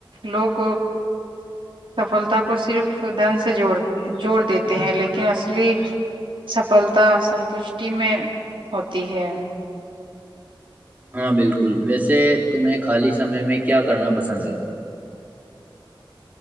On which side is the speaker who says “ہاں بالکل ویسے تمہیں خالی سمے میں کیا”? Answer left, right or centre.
Right